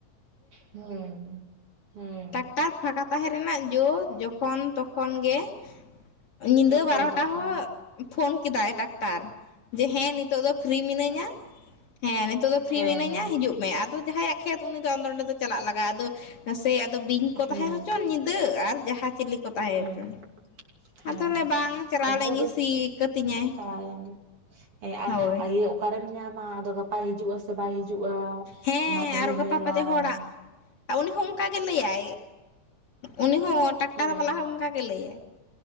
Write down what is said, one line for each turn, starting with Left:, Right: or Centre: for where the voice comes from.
Right: ᱦᱩᱸ, ᱦᱩᱸ᱾
Left: ᱴᱟᱠᱴᱟᱨ ᱯᱷᱟᱸᱠᱟ ᱛᱟᱦᱮᱸ ᱨᱮᱱᱟᱜ ᱡᱚ ᱡᱚᱠᱷᱚᱱ ᱛᱚᱠᱷᱚᱱᱼᱼ ᱠᱷᱚᱱ ᱜᱮ, ᱧᱤᱫᱟᱹ
Right: ᱡᱚᱠᱷᱚᱱ
Left: ᱵᱟᱨᱚ ᱴᱟ
Right: ᱛᱚᱠᱷᱚᱱ
Left: ᱦᱚᱸ ᱯᱷᱳᱱ ᱠᱮᱫᱟᱭ ᱴᱟᱠᱴᱟᱨ᱾ ᱡᱮ ᱦᱮᱸ ᱱᱤᱛᱚᱜ ᱫᱚ ᱯᱷᱨᱤ ᱢᱤᱱᱟᱹᱧᱟ ᱦᱮᱸ ᱱᱤᱛᱚᱜ ᱫᱚ ᱯᱷᱤᱨᱤ
Right: ᱦᱮᱸ
Left: ᱢᱤᱱᱟᱹᱧᱟ
Right: ᱦᱮᱸ
Left: ᱦᱤᱡᱩᱜ ᱢᱮ ᱟᱫᱚ ᱡᱟᱦᱟᱸᱭᱟᱜ ᱠᱷᱮᱛ ᱩᱱᱤ ᱫᱚ ᱟᱫᱚ ᱚᱸᱰᱮ ᱫᱚ ᱪᱟᱞᱟᱜ ᱞᱟᱜᱼᱟ ᱟᱫᱚ ᱥᱮ ᱟᱫᱚ ᱵᱤᱧ ᱠᱚ
Right: ᱦᱩᱸ
Left: ᱛᱟᱦᱮᱸ ᱦᱚᱪᱚᱱ ᱧᱤᱫᱟᱹ ᱟᱨ ᱡᱟᱦᱟᱸ ᱪᱤᱞᱤ ᱠᱚ ᱛᱟᱦᱮᱸ
Right: ᱦᱩᱸ
Left: ᱦᱚᱪᱚᱱ ᱾
Right: ᱦᱮᱸ
Left: ᱟᱫᱚ ᱚᱱᱮ ᱵᱟᱝ ᱪᱟᱞᱟᱣ
Right: ᱩᱱᱠᱩ
Left: ᱞᱮᱱ ᱜᱮᱧ
Right: ᱫᱚ
Left: ᱥᱤ ᱠᱟᱹᱛᱤᱧᱟᱭ᱾
Right: ᱪᱟᱵᱟᱭᱮᱱ ᱜᱮ ᱦᱮᱸ ᱟᱨ
Left: ᱦᱳᱭ
Right: ᱟᱭᱟᱹ ᱚᱠᱟᱨᱮᱢ ᱧᱟᱢᱟ ᱟᱫᱚ ᱜᱟᱯᱟᱭ ᱦᱤᱡᱩᱜᱼᱟ ᱥᱮ ᱥᱮ ᱵᱟᱭ ᱦᱤᱡᱩᱜᱼᱟ
Left: ᱦᱮᱸ
Right: ᱚᱱᱟ ᱠᱚᱦᱚ
Left: ᱟᱨᱚ ᱜᱟᱯᱟ
Right: ᱧᱮᱞᱟᱢ
Left: ᱯᱟᱪᱮ ᱦᱚᱲᱟᱜ ᱩᱱᱤ ᱦᱚᱸ ᱚᱝᱠᱟ ᱜᱮ ᱞᱟᱹᱭᱟᱭ ᱩᱱᱤ ᱦᱚᱸ ᱴᱟᱠᱴᱟᱨ
Right: ᱦᱮᱸ
Left: ᱵᱟᱞᱟ ᱦᱚᱸ ᱚᱱᱠᱟᱜᱮ ᱞᱟᱹᱭᱟᱭ